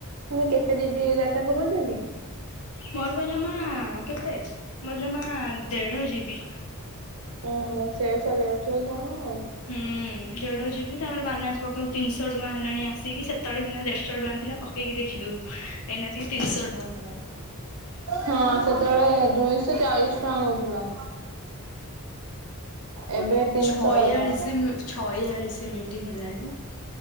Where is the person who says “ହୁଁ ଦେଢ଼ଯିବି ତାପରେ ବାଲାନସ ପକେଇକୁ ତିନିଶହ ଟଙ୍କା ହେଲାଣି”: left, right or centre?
Left